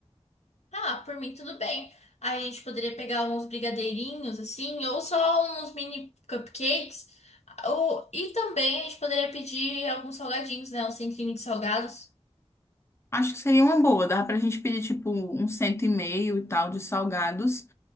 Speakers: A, on the left (about 75°); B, on the left (about 25°).
A: Ah, por mim tudo bem. Aí a gente poderia pegar uns brigadeirinhos assim, ou só uns mini cupcakes. Ou, e também a gente poderia pedir alguns salgadinhos, né? Um centrinho de salgados.
B: Acho que seria uma boa. Dá pra gente pedir, tipo, um cento e meio e tal de salgados.